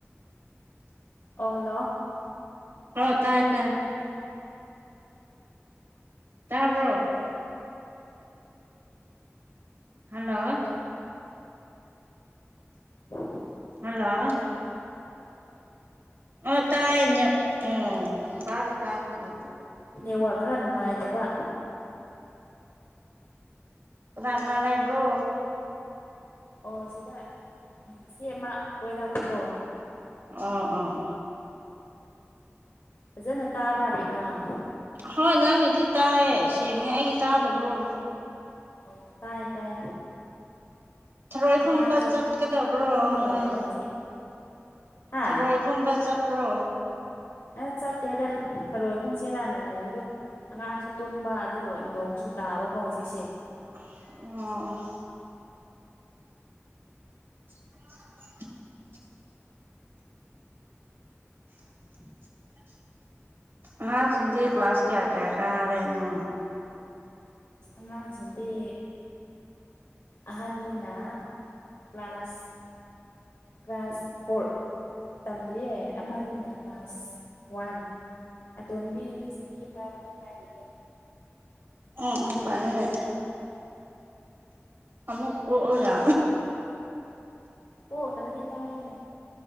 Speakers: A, on the left; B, on the right.
A: ꯑꯣꯂꯣ
B: ꯍ ꯇꯥꯏ ꯇꯥꯏ ꯇꯥꯕ꯭ꯔꯣ ꯍꯜꯂꯣ
A: ꯎꯝ
B: ꯑꯜꯂ ꯑꯣ ꯇꯥꯏꯅꯤ ꯑꯣ ꯇꯔꯦ ꯇꯥꯔꯦꯅꯒꯣꯏꯠꯇꯦ
A: ꯅꯦꯠꯋꯥꯛ ꯈꯔ ꯅꯨꯡꯉꯥꯏꯇꯕ
B: ꯅꯥꯅꯥꯂ ꯏꯕ꯭ꯔꯣ
A: ꯑꯣ ꯁꯤꯗ ꯆꯦ ꯑꯃ ꯑꯣꯏꯔꯛꯄꯀꯣ
B: ꯑꯥ ꯑꯥ
A: ꯐꯖꯅ ꯇꯥꯕ꯭ꯔꯥꯕꯒ꯭ꯔꯥꯎ
B: ꯍꯣꯏ ꯅꯪꯁꯤꯗꯤ ꯇꯥꯏꯌꯦ ꯁꯦꯡꯉꯦ ꯑꯩꯒꯤ ꯇꯥꯗꯕ꯭ꯔꯣ
A: ꯑꯣ ꯇꯥꯏ ꯇꯥꯏ
B: ꯊꯔꯣꯏ
A: ꯑꯉꯥꯡꯁꯨ
B: ꯀꯨꯝꯕ ꯆꯠꯀꯗꯕ꯭ꯔꯣ
A: ꯇꯨꯝꯃꯒ
B: ꯅꯣꯏ
A: ꯂꯩꯕ ꯍꯧꯖꯤꯛ ꯍꯥ
B: ꯁꯔꯣꯏ ꯀꯨꯝꯕ ꯆꯠꯄ꯭ꯔꯣ
A: ꯑꯁ ꯆꯠꯇꯦꯗ ꯍꯔꯣꯏ ꯑꯩꯈꯟꯁꯦ ꯔꯥꯟꯅ ꯂꯥꯛꯏꯕꯗꯣ ꯑꯉꯥꯡꯁꯨ ꯇꯨꯝꯕ ꯑꯗꯨꯒ ꯅꯣꯡꯁꯨ ꯇꯥꯕꯀꯣ ꯍꯧꯖꯤꯛ
B: ꯑꯣ <unintelligible> ꯎ ꯑꯉꯥꯡꯁꯤꯡꯗꯤ ꯀ꯭ꯂꯥꯁ ꯀꯌꯥ ꯀꯌꯥ ꯀꯥꯔꯦꯅꯣ
A: ꯑꯉꯥꯡꯁꯤꯡꯗꯤ ꯑꯍꯟꯗꯨꯅ ꯀ꯭ꯂ ꯀ꯭ꯂꯥꯁ ꯀ꯭ꯂ ꯀ꯭ꯂꯥꯁ ꯐꯣꯔ ꯇꯝꯃꯦꯌꯦ ꯑꯃꯗꯨꯅ ꯀ꯭ꯂꯥꯁ ꯋꯥꯟ ꯑ ꯇꯣꯟꯗꯗꯤ ꯁꯒꯤꯚꯥꯔꯗ ꯔꯗ
B: ꯎꯝ ꯎꯝ ꯐꯔꯅꯦꯦ ꯑꯃꯃꯨꯛ ꯑꯣ ꯌꯥ
A: ꯍꯅꯕꯗꯤ ꯂꯥꯏꯅꯦ